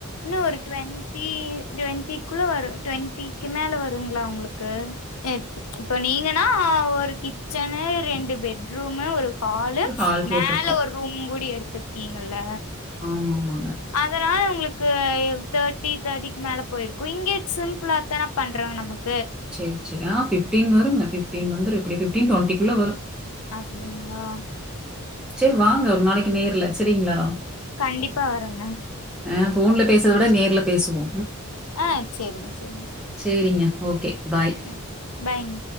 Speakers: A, on the left; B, in the centre.
A: ன்னு ஒரு டுவெண்டி டுவெண்ட்டிக்குள வரு டுவெண்ட்டிக்கு மேல வர் டுங்ளா ஒங்ளுக்கு ஏச் இப்போ நீங்கனா ஒரு கிச்சன்னு ரெண்டு பெட் ரூமு ஒரு ஹாலு
B: ஒரு கால் போட்டுருக்கோம்.
A: மேல ஒரு ரூம் கூடி எடு துர்கீங்ல்ல
B: ஆமா ஆமா
A: அதனால உங்ளுக் கு எவ் தேட்டி தேட்டிக் மேல போய்ருக் குயிங்கெட் சிம்புளா தான பண்றோங் நமக்
B: சேர் சே ஆ ஃபிப் டீன் வருங்க ஃப்ஃபிட்டீன் வந்துரு எப்டி ஃபிப்டீன் டொண்டிக்குள்ள வரு
A: அப்டிங்ளா
B: செர் வாங்க ஒரு நாளக்கி நேர்ல செரிங்ளா
A: கண்டிப்பா வறோங்க
B: அ ஃபோன்ல பேசத விட நேர்ல் பேசுவோ
A: அ சேரிங்க சேரிங்
B: சரிங்க. Okay bye.
A: எக்ஸ் பைங்